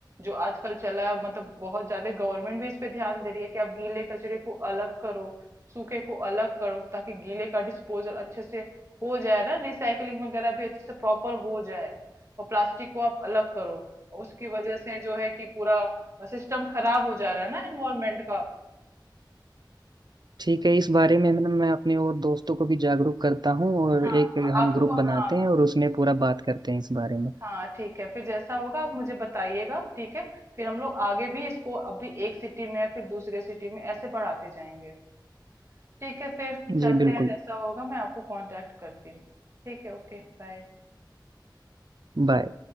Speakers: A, on the right (about 35°); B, on the right (about 60°).
A: जो आजकल चला है मतलब बहुत ज्यादा गवर्नमेंट भी इस पे ध्यान दे रही है कि आप गीले कचरे को अलग करो सूखे को अलग करो ताकि गीले का डिस्पोजल अच्छे से हो जाए ना रिसाइकलिंग वगैरह भी अच्छे से प्रॉपर हो जाए और प्लास्टिक को आप अलग करो उसकी वजह से जो है कि पूरा सिस्टम खराब हो जा रहा है ना एनवायरमेंट का
B: ठीक है इस बारे में मैं मैं अपने और दोस्तों को भी जागरूक करता हूँ और
A: हाँ
B: एक
A: हाँ
B: हम
A: आपको
B: ग्रुप बनाते
A: हाँ
B: हैं और उसमें पूरा बात करते हैं इस बारे में
A: हाँ ठीक है फिर जैसा होगा आप मुझे बताइएगा ठीक है फिर हम लोग आगे भी इसको अभी एक सिटी में है फिर दूसरे सिटी में ऐसे बढ़ाते जाएंगे ठीक है फिर चलते
B: जी बिल्कुल
A: हैं जैसा होगा मैं आपको कांटेक्ट करती हूँ ठीक है ओके बाय
B: बाय